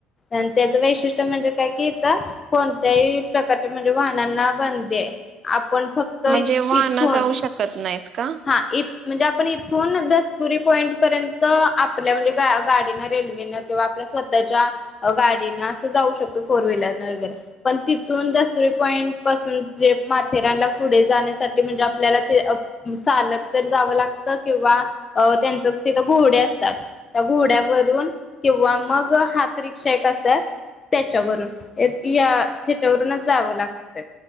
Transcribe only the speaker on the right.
म्हणजे वाहनं
जाऊ शकत नाहीत का?